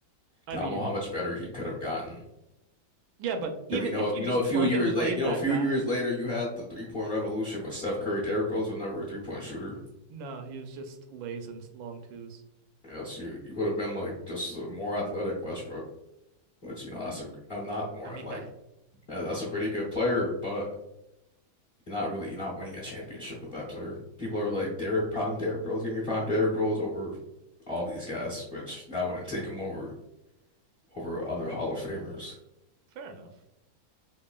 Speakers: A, on the right (about 80°); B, on the left (about 45°).
A: I
B: 'Cause
A: mean,
B: I don't know how much better he could have gotten.
A: yeah, but even
B: Because you know,
A: if you
B: you
A: just
B: know, a few
A: plug
B: years
A: and played
B: later, you know,
A: that
B: a few
A: guy,
B: years later, you had the three point revolution with Steph Curry. Derrick Rose was never a three point shooter.
A: no, he was just lays and long twos.
B: Yes, you you would have been like just a more athletic Westbrook, which you know that's a I'm not more
A: I mean
B: like
A: that.
B: that- that's a pretty good player, but you're not really you're not winning a championship with that player. People are like Derrick prime Derrick Rose, give me prime Derrick Rose over all these guys, which I wouldn't take him over over other Hall of Famers.
A: Fair enough.